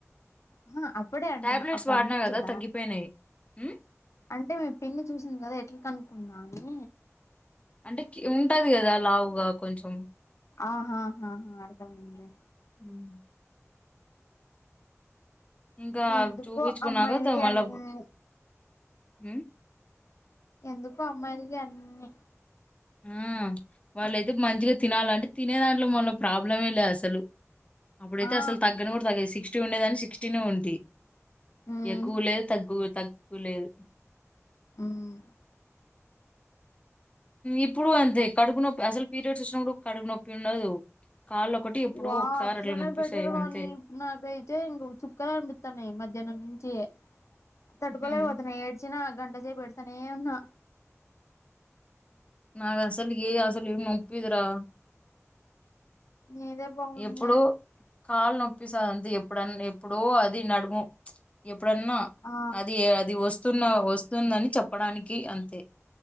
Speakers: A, on the left; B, on the left.
A: అహ అప్పుడే అంటున్నా
B: టాబ్లెట్స్
A: అప్పుడు
B: వాడినా
A: అనిపించేదా
B: కదా తగ్గిపోయినాయి ఉమ్,
A: అంటే మీ పిన్ని చూసింది కదా ఎట్లా కనుకుందా అని
B: అంటే ఉంటది కదా లావుగా కొంచెం
A: ఆహాహాహా అర్థమయింది లే
B: ఉమ్. ఇంకా
A: ఎందుకో
B: చూపించుకున్నా
A: అమ్మాయిలకి
B: త మళ్ళా
A: అన్ని
B: ఉమ్
A: ఎందుకో అమ్మాయిలకి అన్నీ
B: ఆ వాళ్ళయితే మంచిగా తినాలంటే తినే దాంట్లో మళ్ళ ప్రాబ్లమే లే అసలు అప్పుడైతే
A: ఆ
B: అసలు తగ్గని కూడా తగ్లేదు సిక్స్టీ ఉండేదాని సిక్స్టీనే ఉంటి
A: ఉమ్
B: ఎక్కువ లేదు తగ్గు తక్కువ లేదు
A: ఉమ్
B: ఇప్పుడు అంతే కడుపు నొప్పి అసలు పీరియడ్స్ వచ్చిన కూడా కడుపు నొప్పి ఉండదు కాళ్ళొకటి ఎప్పుడో
A: వా
B: ఒకసారి
A: అట్లనే
B: అట్లా నొప్పిస్తాయి
A: బెటరు వాణి
B: అంతే.
A: నాకైతే ఇంక చుక్కలు కనిపితాన్నాయి మధ్యాహ్నం నుంచి తట్టుకోలేకపోతున్నా
B: హ్మ్.
A: ఏడ్చినా గంటసేపు సనే ఉన్నా
B: నాకు అసలు ఏ అసలు నొప్పిదురా
A: నీదే బాగుందె
B: ఎప్పుడో కాళ్ళు నొప్పిస్తాది అంతే ఎప్పుడన్న ఎప్పుడో అది నడుము ఎప్పుడన్నా
A: ఆ
B: అది అది వస్తున్న వస్తుందని చెప్పడానికి అంతే